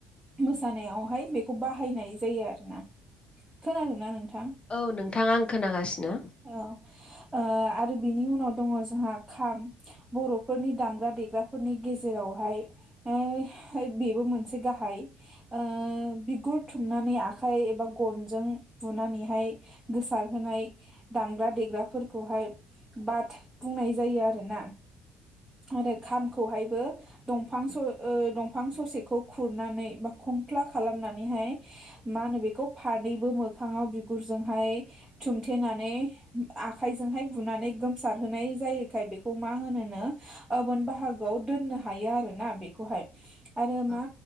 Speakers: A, on the right; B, on the left.
A: मोसानायावहाय बेखौ बाहायनाय जायो आरो ना। खोनादोंना नों? थां
B: औ नोंथाङा आं खोनागासिनो
A: औ। ओ आरो बिनि उनाव दङ जोंहा खाम बर'फोरनि दामग्रा देग्राफोरनि गेजेरावहाय ओय बेबो मोनसे गाहाय ओ बिगुर थुमनानै आखाइ एबा गनजों बुनानैहाय गोसार होनाय दामग्रा-देग्राफोर खौहाय बाद बुंनाय जायो आरोना। आरो खामखौहायबो दंफां सं ओ दंफां ससेखौ खुरनानै बा खंख्ला खालामनानैहाय मा होनो बेखौ फानैैबो मोखाङाव बिगुरजोंहाय दुमथेनानै आ आखाइजोंहाय बुनानै गोमसारहोनाय जायोखाय बेखौ मा होनोनो ओबोन बाहागोआव दोन हायो आरोना बेखौहाय। आरो
B: औ
A: मा